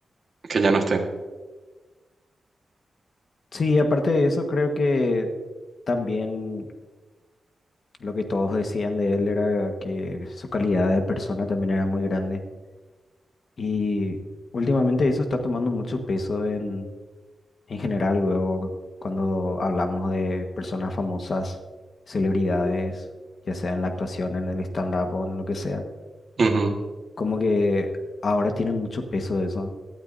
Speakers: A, on the right; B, on the left.
A: que ya no esté.
B: Sí, aparte de eso, creo que también lo que todos decían de él era que su calidad de persona también era muy grande. Y últimamente eso está tomando mucho peso en, En general, luego cuando hablamos de personas famosas, celebridades, ya sea en la actuación, en el stand-up o en lo que sea,
A: Ujú.
B: como que ahora tienen mucho peso eso,